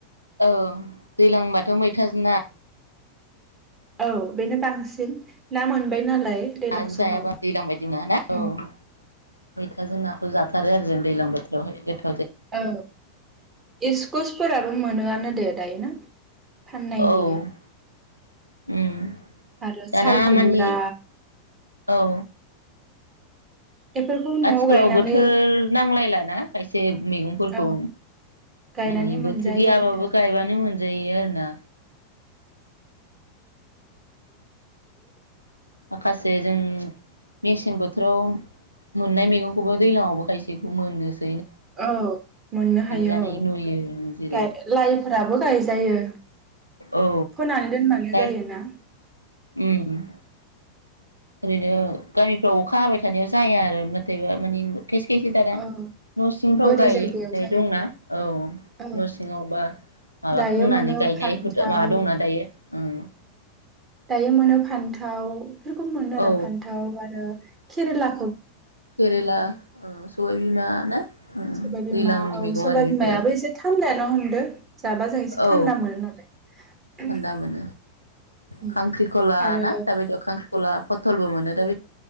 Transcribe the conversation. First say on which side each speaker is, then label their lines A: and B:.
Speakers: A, on the right; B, on the right.
A: औ दैलांबाथ' मैथाजों ना।
B: औ बेनो बांसिन ना मोनबाय नालाय दैज्लां
A: ना
B: समाव
A: जायाबा दैज्लां बायदि नाना
B: उम
A: औ मैथाजों नाखौ जाथारो आरो जों दैज्लां बोथोर दहाय गोथ
B: औ इसकस फोराबो मोनोआनो दे दायो ना फाननाय
A: औ उम
B: नुयो आरो
A: दाना
B: साल खुमब्रा
A: मानि औ
B: बेफोरखौ न'आव
A: आथिखालाव
B: गायनानै
A: बोथोर नांलायला ना खायसे मैगंफोरखौ
B: औ गायनानै
A: माने
B: मोनजायो
A: बोथोर गैयाबाबो
B: आरो दा
A: गायबानो मोनजायो आरोना माखासे जों मेसें बोथोराव मोननाय मैगंखौबो दैलाङावबो खायसेखौ मोनोसै
B: औ मोननो हायो
A: जानाय
B: औ
A: नुयो जेरै
B: गा लाइफोराबो गायजायो
A: औ
B: फोनानै दोनबानो
A: गाय
B: जायोना
A: उम ओरैनो गामिफ्राव अखा हाबाय थानायाव जाया आरो नाथायबा मानि खायसे खायसे दाना
B: औ
A: न' सिंफ्राव
B: बोरि
A: गायनाय
B: जायगायाव जायो
A: दंना औ न'
B: औ
A: सिङावबा। माबा
B: दायो
A: खोंनानै
B: मोनो
A: गायनायफोर
B: फान्थाव
A: माबा दंना दायो उम
B: दायो मोनो फान्थाव। बेफोरखौ मोनो
A: औ
B: आरो फान्थाव आरो केेरेला।
A: केरला ओ सबायबिमा ना। ओम
B: सोरबा बिमा
A: दैज्लांनि
B: औ
A: मैगं
B: सोरबा
A: आरो बेफोरो
B: बिमायाबो एसे थान्दाया। दा हमदो। जाबा जों एसे
A: औ
B: थान्दा मोनो नालाय।
A: थान्दा मोनो
B: उम
A: खांख्रिखला
B: आरो
A: ना दाबायदियाव खांख्रि खला फथलबो मोनो दाबाय